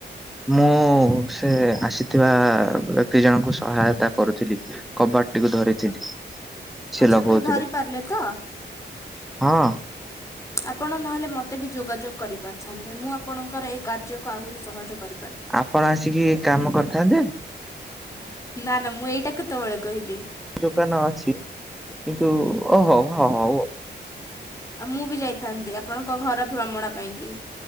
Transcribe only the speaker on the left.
ଆଚ୍ଛା
ଆପଣ ଧରିପାରିଲେ ତ?
ଆପଣ ନହେଲେ ମୋତେ ବି ଯୋଗାଯୋଗ କରିପାରିଥାନ୍ତେ। ମୁଁ ଆପଣଙ୍କର ଏଇ କାର୍ଯ୍ୟକୁ ଆହୁରି ସହଜ କରି
ନା ନା ମୁଁ ଏଇଟା କେତେବେଳେ କହିଲି।
ଆଉ ମୁଁ ବି ଯାଇଥାନ୍ତି ଆପଣଙ୍କ ଘର ଭ୍ରମଣ ପାଇଁକି।